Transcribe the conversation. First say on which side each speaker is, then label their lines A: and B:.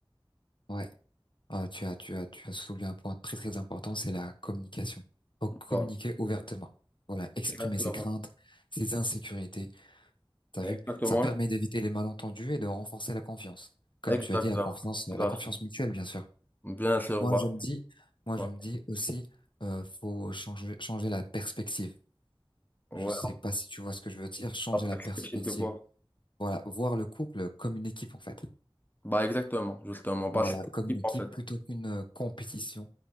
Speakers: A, on the left (about 60°); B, on the left (about 20°).
A: ouais. Ah, tu as, tu as, tu as soulevé un point très très important, c'est la communication. Donc communiquer
B: Voilà.
A: ouvertement. Voilà, exprimer
B: Exactement.
A: ses craintes, ses insécurités. T'as
B: Exactement.
A: vu? Ça permet d'éviter les malentendus et de renforcer la confiance. Comme
B: Exactement.
A: tu as dit, la confiance, la
B: Tout à
A: confiance
B: fait.
A: mutuelle, bien sûr.
B: Bien sûr,
A: Moi,
B: bah,
A: je me dis, moi,
B: ouais,
A: je me dis aussi, euh, faut changer, changer la perspective.
B: ouais,
A: Je sais pas si tu vois ce que je veux dire, changer
B: on a
A: la
B: pas
A: perspective.
B: ce de quoi.
A: Voilà, voir le couple comme une équipe, en fait.
B: Bah, exactement, justement. Bah,
A: Voilà,
B: c'est
A: comme
B: ce
A: une équipe
B: en fait.
A: plutôt qu'une euh, compétition.